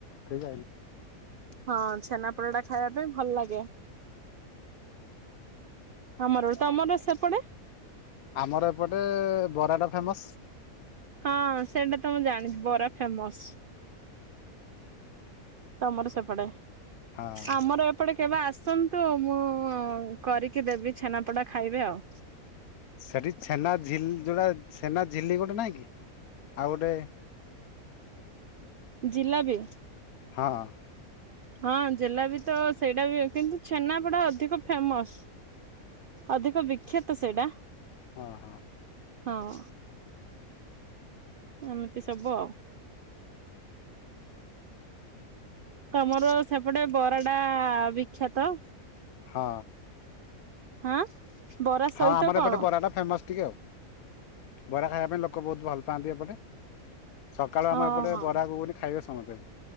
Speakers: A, on the left (about 80°); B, on the right (about 75°).
A: ଠିକ
B: ହଁ ଛେନାପୋଡ ଟା ଖାଇବା ପାଇଁ ଭଲ ଲାଗେ। ଆ ଆମର ତମର ସେପଟେ।
A: ଆମର ଏପଟେ ବରାଟା ଫେମସ୍
B: ହଁ ସେଇଟା ତ ମୁଁ ଜାଣିଚି ବରା ଫେମସ। ତମର ସେପଟେ
A: ହଁ
B: ଆମର ଏପଟେ ଏବେ ଆସନ୍ତୁ ମୁଁ କରିକି ଦେବି ଛେନାପୋଡା ଖାଇବେ ଆଉ।
A: ସେଠି ଛେନା ଝିଲ ଯୋଉଟା ଛେନା ଝିଲି ଗୋଟେ ନାଇଁ କି? ଆଉ ଗୋଟେ
B: ଜିଲାପି।
A: ହଁ।
B: ହଁ ଜେଲାପି ତ ସେଇଟା ବି କିନ୍ତୁ ଛେନାପଡା ଅଧିକ ଫେମସ। ଅଧିକ ବିଖ୍ୟାତ ସେଇଟା।
A: ହଁ ହଁ
B: ହଁ ଏମିତି ସବୁ ଆଉ। ତମର ସେପଟେ ବରାଟା ବିଖ୍ୟାତ।
A: ହଁ।
B: ହଁ ବରା ସହିତ
A: ହଁ ଆମର
B: କଣ?
A: ଏପଟେ ବରାଟା ଫେମସ୍ ଟିକେ ଆଉ ବରା ଖାଇବା ପାଇଁ ଲୋକ ବୋହୁତ ଭଲ ପାଆନ୍ତି ଏପଟେ ସକାଳୁ
B: ହଁ
A: ଆମେ ଏପଟେ
B: ହଁ।
A: ବରା ଖାଇବା <unintelligible>